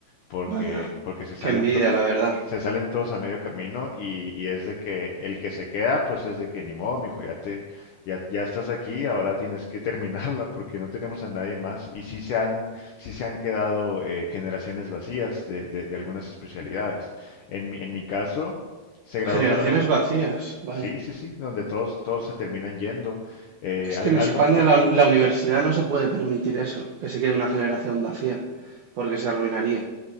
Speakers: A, on the left; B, on the right.
A: porque,
B: Vaya,
A: porque se salen
B: qué envidia,
A: todos,
B: la verdad.
A: se salen todos a medio camino y, y es de que el que se queda, pues es de que ni modo, mijo, ya te, ya, ya estás aquí, ahora tienes que terminarla porque no tenemos a nadie más. Y sí se han, sí se han quedado eh, generaciones vacías de, de, de algunas especialidades. En mi, en mi caso, se graduó
B: Generaciones
A: solamente,
B: vacías, vaya.
A: sí, sí, sí, donde todos, todos se terminan yendo. Eh,
B: Es
A: al-
B: que en España
A: algo, al-
B: la, la universidad no se puede permitir eso, que se quede una generación vacía, porque se arruinaría.